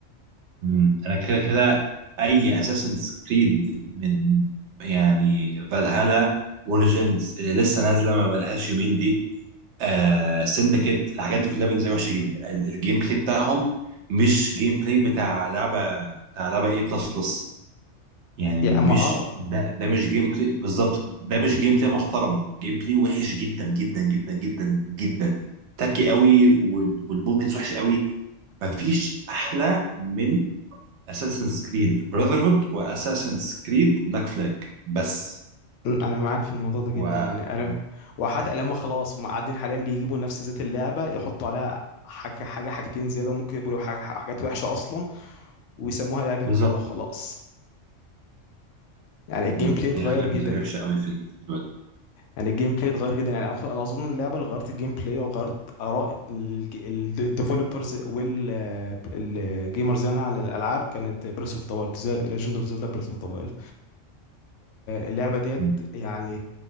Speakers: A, on the right (about 70°); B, on the left (about 75°).
A: مم. انا كده كده اي اساسن كريد من يعني فالهالا اوريجنز لسه نازله ما بقالهاش يومين دي آه سندكيت الحاجات دي كلها بالنسبه لي وحشه جدا ال- الجيم بلاي بتاعهم مش جيم بلاي بتاع لعبه بتاع لعبه اي بلس بلس يعني
B: يا
A: مش
B: اما اه
A: ده ده مش جيم بلاي بالظبط ده مش جيم بلاي محترم جيم بلاي وحش جدا جدا جدا جدا جدا تاكي قوي وال- والمومنتس وحشه قوي مفيش احلى من اساسنز كريد براذر هود واساسنز كريد بلاك فلاج بس
B: م، انا معاك في الموضوع ده جدا
A: و
B: يعني انا
A: و-
B: وحتى لما خلاص هم قاعدين حاليا بيجيبوا نفس ذات اللعبه يحطوا عليها حاجه حاجه حاجتين زياده وممكن يقولوا حاجة حاجات وحشه اصلا ويسموها لعبه
A: بالظبط
B: جديده وخلاص يعني
A: بالظبط
B: الجيم بلاي اتغير
A: دي حاجه
B: جدا
A: بالنسبه لي وحشه قوي في ال- في الوقت
B: يعني الجيم بلاي اتغير جدا يعني انا خ- أنا اظن اللعبه اللي غيرت الجيم بلاي او غيرت اراء الديفلوبرز والجيمرز يعني على الالعاب كانت بريس اوف ذا وايلد ليجند اوف زيلدا بريس اوف ذا وايلد اللعبه ديت
A: مم.
B: يعني